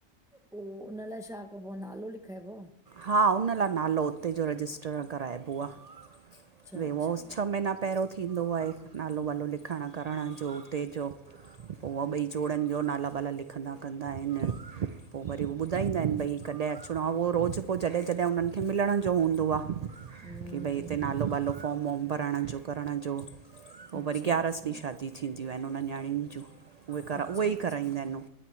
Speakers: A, in the centre; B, on the right.
A: पोइ हुन लाइ छा कबो आ, नालो लिखाइबो आ?
B: हा उन लाइ नालो उते जो रजिस्टर कराइबो आ,
A: अच्छा
B: <unintelligible>
A: अच्छा,
B: छह महीना पहिरियों थींदो आहे नालो वालो लिखण करण जो उते जो उहा ॿई जोड़नि जो नाला वाला लिखंदा कंदा आहिनि पो वरी उहो ॿुधाईंदा आहिनि भई कॾहिं अचिणो आ, उहो रोज़ु पोइ जॾहिं जॾहिं उन्हनि खे मिलण जो हूंदो आ,
A: हम्म
B: की भई हिते
A: हम्म,
B: नालो वालो फॉर्म वार्म भराइण जो करण जो, पोइ
A: अच्छा
B: वरी ग्यारस
A: अच्छा,
B: ॾींहुं शादी थींदियूं आहिनि उन्हनि नयाणियुनि जूं, उहे करा
A: अच्छा
B: उहे ई
A: अच्छा,
B: कराईंदा आहिनि हू